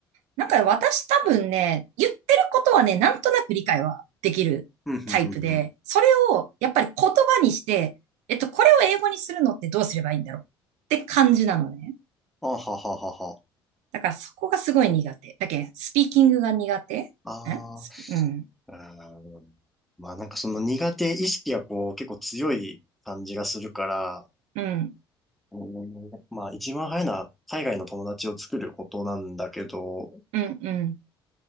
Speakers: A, on the right (about 60°); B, in the centre.
A: なんか私多分ね、言ってることはね、なんとなく理解はできるタイプで、
B: うん、うんうんうん。
A: それをやっぱり言葉にして、えっと、これを英語にするのってどうすればいいんだろうって感じなのね。
B: あはははは。
A: だからそこがすごい苦手。だけど、スピーキングが苦手ん
B: ああ、
A: すうん、
B: うーん。まあなんかその苦手意識がこう結構強い感じがするから、
A: うん、
B: うーんまあ一番早いのは海外の友達を作ることなんだけど、
A: うん、うん、